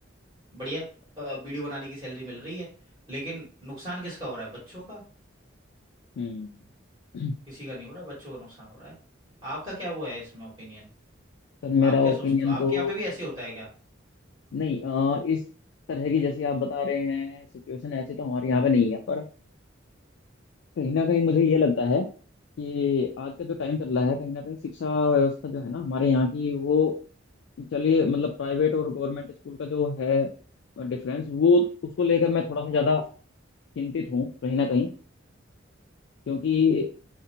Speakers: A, on the right; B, on the left.
A: बढ़िया अ, वीडियो बनाने की सैलरी मिल रही है लेकिन नुकसान किसका हो रहा है बच्चों का
B: हम्म।
A: किसी का नहीं हो रहा बच्चों का नुकसान हो रहा है आपका क्या वो है इसमें ओपिनियन
B: <clears throat> सर मेरा
A: आप क्या सोचते
B: ओपिनियन
A: हो आपके
B: तो
A: यहाँ पे भी ऐसे ही होता है क्या
B: नहीं अ, इस तरह की जैसी आप बता रहे हैं सिचुएशन ऐसी तो हमारे यहाँ पे नहीं है पर कहीं ना कहीं मुझे ये लगता है कि आज का जो टाइम चल रहा है कहीं ना कहीं शिक्षा व्यवस्था जो है ना हमारे यहाँ की वो चलिए मतलब प्राइवेट और गवर्नमेंट स्कूल का जो है डिफरेंस वो उसको लेकर मैं थोड़ा सा ज़्यादा चिंतित हूँ कहीं ना कहीं क्योंकि